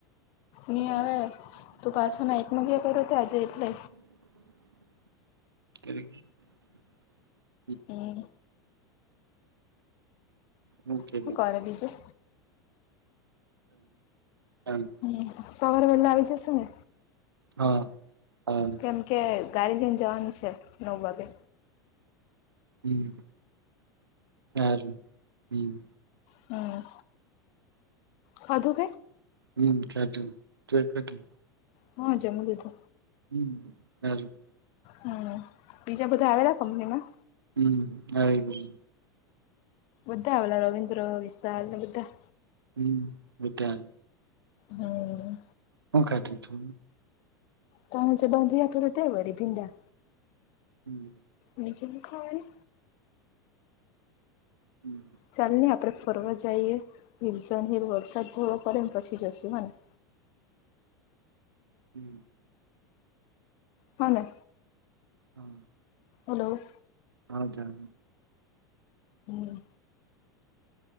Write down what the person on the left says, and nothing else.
ને હવે તું પાછો નાઈટમાં ગયા કર્યો
તો આજે એટલે
હું.
શું કરે બીજું
હમ સવારે વહેલા આવી જશે ને
કેમ કે ગારી લ‌ઇ ને જવાનું છે. નવ વાગે
કા. ખાઘુ.
હા જમી લિધુ.
હમ બીજા બધા આવેરા કંપનીમાં.
બધા આવેલા રવિન્દ્ર વિશાલ ને બધા.
હા.
ત જે બાંધી આપેલુ તે વળી ભીંડા.
નીચે લીખા હોય ને.
ચાલ નહીં આપણે ફરવા જઈએ હિલસન હિલ વરસાદ જોવાો પડે ને પછી જશું હો ને
હાને
હલો.
હમ.